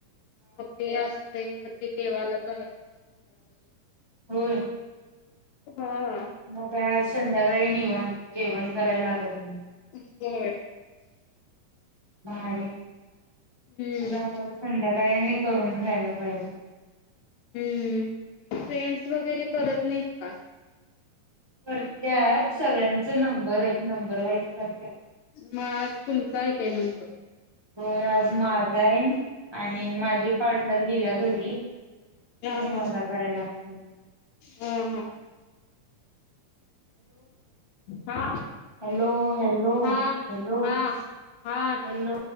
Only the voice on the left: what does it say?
मग ते असते मग ते देवाला जायचं संध्याकाळी.
हा हा
<unintelligible>
हम्म
हम्म फ्रेंड्स वगैरे करत नाहीत का.
मग आज तुमचा हाय काय नंबर.
हा हा.
हा हा. हा
हा
हा. हा.